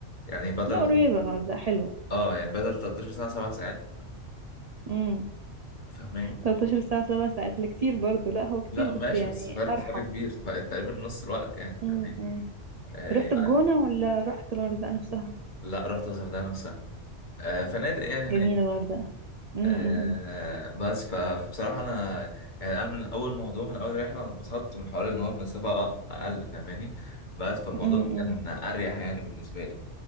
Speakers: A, on the left; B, on the right.
A: يعني بدل
B: لا قريبة الغردقة حلوة
A: اه يعني بدل 13 ساعه 7 ساعات
B: امم
A: فاهماني
B: 13 ساعة 7 ساعات لا كتير برضو لا هو كتير
A: لا
B: بس
A: ماشي
B: يعني
A: بس فرق
B: أرحم
A: فرق كبير فرق تقريبا نص الوقت يعني فاهمين
B: امم أمم.
A: آه
B: رحت الجونة
A: يعني
B: ولا رحت الغردقة نفسها
A: لا رحت الغردقة نفسها آه فنادق يعني هناك
B: جميلة الغردقة امم
A: آه
B: أمم.
A: بس ف- فبصراحة أنا يعني أنا من أول موضوع من أول رحلة أنا اتبسطت من حوار إن هو المسافة أقل فاهماني بس فالموضوع
B: أمم.
A: كان أريح يعني بالنسبة لي